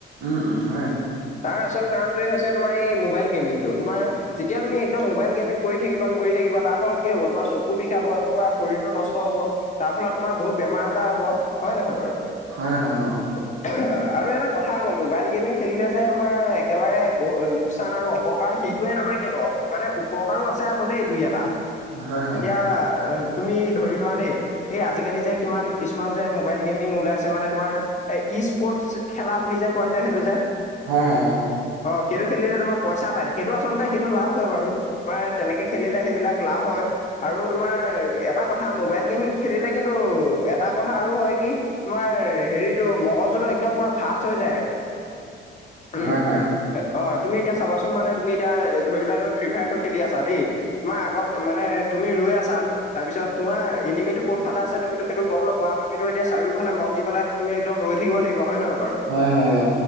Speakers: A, on the right (about 85°); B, on the left (about 35°).
A: উম উম হয়।
B: তাৰ আচল কাৰণটোৱে হৈছে তোমাৰ এই মোবাইল গেমিংটো, তোমাৰ যেতিয়া তুমি একদম মবাইল গেমিং কৰি থাকিবা কৰি থাকিবা তাৰ ফলত কি হ'ব তোমাৰ চকু বিষ কি হব তোমাৰ শৰীৰটো নষ্ট হব তাৰ ফলত তোমাৰ বহুত বেমাৰ - আজাৰ হব হয় নহয় বাৰু?
A: হয় হয় অ।
B: উ অঁহ আৰু এটা কথা আকৌ মোবাইল গেমিং খেলিলে যে তোমাৰ একেবাৰে ব অ লোকচান আৰু অপকাৰ সেই এইটোৱে নহয় কিন্তু মানে উপকাৰ উপকাৰো আছে দেই দুই এটা
A: হয় হয়
B: এতিয়া আৰ তুমি ধৰি লোৱা দেই এই আজিকালি যে কিমান কিছুমান যে মোবাইল গেমিং ওলাইছে মানে তোমাৰ এ স্পৰ্টচ খেলা বুলি যে কয় যে সেইটো যে
A: হয় হয়
B: অ সেইটো খেলিলে তোমাৰ পইচা পায় সেইটো আচলতে সেইটো লাভ হয় বাৰু। তোমাৰ তেনেকে খেলিলে সেইবিলাক লাভ হয় আৰু তোমাৰ এটা কথা মোবাইল গেমিং খেলিলে কিন্তু এটা কথা আৰু হয় কি তোমাৰ হেৰিটো মগজুটো একদম পুৰা ফাষ্ট হৈ যায় আকৌ।
A: অ
B: উম।
A: হয় হয়
B: এ অ তুমি এতিয়া চাবাচোন মানে তুমি এতিয়া ধৰি লোৱা আৰু ফ্ৰী ফায়াৰটো খেলি আছা দেই তোমাৰ আগত মানে তুমি ৰৈ আছা তাৰপিছত তোমাৰ এনিমিটো কোনফালে আছে তুমিতো সেইটো গম নোপোৱা? তুমিটো এতিয়া চাৰিওফালে মন দি সেইফালে ত তুমি একদম ৰৈ থাকিব লাগিব হয় নহয় বাৰু?
A: হয় হয় অ।